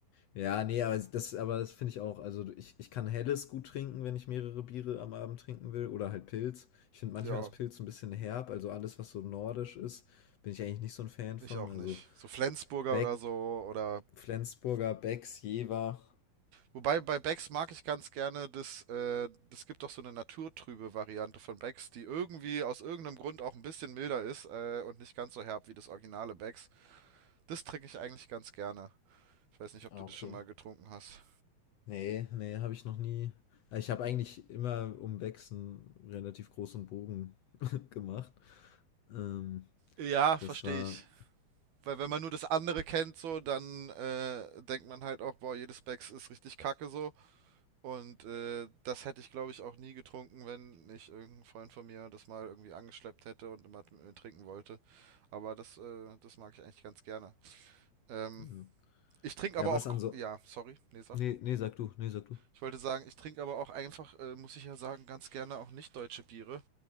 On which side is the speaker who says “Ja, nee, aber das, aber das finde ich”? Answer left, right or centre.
Left